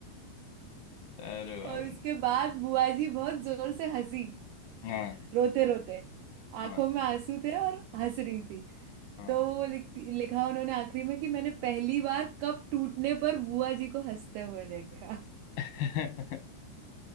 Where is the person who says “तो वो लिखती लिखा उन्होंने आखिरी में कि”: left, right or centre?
Right